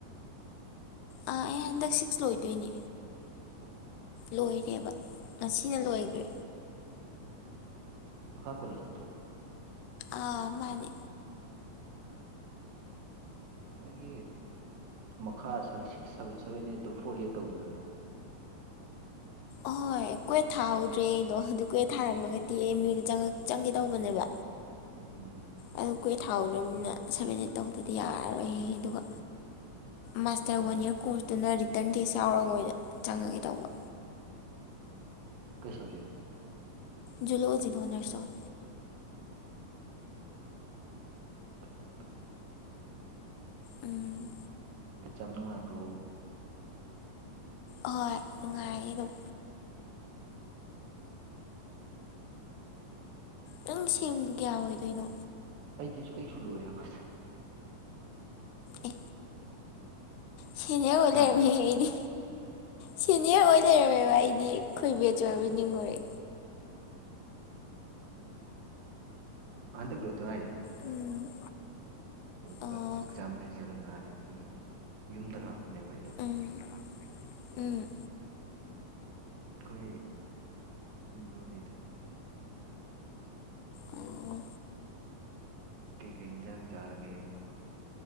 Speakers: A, on the left (about 80°); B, on the right (about 80°).
A: ꯑꯥ ꯑꯩ ꯍꯟꯗꯛ ꯁꯤꯛꯁ ꯂꯣꯏꯗꯣꯏꯅꯦ
B: ꯑꯣ
A: ꯂꯣꯏꯔꯦꯕ ꯉꯁꯤꯅ
B: ꯑꯣ
A: ꯂꯣꯏꯈ꯭ꯔꯦ
B: ꯑꯣ ꯏꯝꯐꯥꯜ ꯀꯣꯂꯦꯖ ꯅꯠꯇ꯭ꯔꯣ
A: ꯑ ꯃꯥꯅꯦ
B: ꯎ ꯅꯣꯏꯒꯤ ꯃꯈꯥꯥꯁ six seven seven eight two four eight ꯇꯧꯗꯣꯏꯔꯅ
A: ꯑꯍꯣꯏ ꯀꯣꯏꯦꯠ ꯊꯥꯍꯧꯗ꯭ꯔꯦ ꯑꯩꯗꯣ ꯑꯗꯨ ꯀꯣꯏꯠ ꯊꯥꯔꯝꯃꯒꯗꯤ ꯑꯦ ꯃꯤꯗ ꯆꯪꯒꯦ ꯇꯧꯕꯅꯦꯕ
B: ꯎꯝ
A: ꯑꯗꯨ ꯀꯨꯏ ꯊꯥꯎꯗꯃꯤꯅ ꯁꯚꯦꯟ ꯑꯦꯠ ꯇꯧꯗꯗꯤ ꯌꯥꯔꯔꯣꯏꯍ ꯑꯗꯨꯒ ꯃꯥꯁꯇꯔ
B: ꯎꯝ
A: ꯋꯥꯟ ꯏꯔ ꯀꯣꯔꯁꯇꯨꯅ ꯇꯔꯟ ꯇꯦꯖ ꯌꯥꯎꯔꯒ ꯃꯣꯏꯗ ꯆꯪꯉꯒꯦ ꯇꯧꯕ
B: ꯀꯩ ꯁꯥꯞꯖꯦꯠꯅꯣ
A: ꯖꯧꯂꯣꯖꯤꯗ ꯑꯣꯅꯔ ꯇꯧꯋꯦ
B: ꯑꯣ ꯐ ꯐ <inaudible>
A: ꯎꯝ
B: ꯑꯦ ꯌꯥꯝ ꯅꯨꯡꯉꯥꯏꯕ꯭ꯔꯣ
A: ꯍꯣꯏ ꯅꯨꯡꯉꯥꯏꯌꯦ ꯑꯗꯨꯝ
B: ꯎꯝ
A: ꯅꯪ ꯁꯦꯝ ꯀꯌꯥ ꯑꯣꯏꯗꯣꯏꯅꯣ
B: ꯑꯩꯁꯨ ꯑꯩꯁꯨ ꯂꯨꯔꯦ ꯃꯥꯁꯇꯔ
A: ꯑꯦ ꯁꯤꯅꯦꯔꯋꯥꯔ
B: ꯍꯥ
A: ꯑꯣꯢꯔꯝꯃꯦꯍꯦ ꯑꯩꯗꯤ ꯁꯤꯅꯤꯌꯔ ꯑꯣꯏꯅ ꯂꯩꯔꯝꯃꯦꯕ ꯑꯩꯗꯤ ꯈꯣꯏꯕꯦ ꯆ ꯑꯣꯏꯔꯕ ꯅꯤꯡꯉꯨꯔꯦ
B: ꯍꯥꯟꯗꯛ ꯂꯣꯢꯗ ꯍꯤꯢꯔꯤꯗ
A: ꯎꯝ
B: ꯑꯗꯨꯒ
A: ꯑꯣ
B: ꯑꯦꯛꯖꯥꯝ ꯔꯤꯖꯜ ꯉꯥꯏꯔꯤ ꯌꯨꯝꯗ ꯂꯥꯛꯄꯅꯦꯕ ꯑꯩꯗꯣ
A: ꯎꯝ ꯎꯝ
B: ꯑꯩꯈꯣꯢ ꯑꯗꯨꯅꯤꯗ
A: ꯑꯣ
B: ꯀꯩꯀꯩ ꯍꯟꯖꯥꯡ ꯆꯥꯔꯒꯦ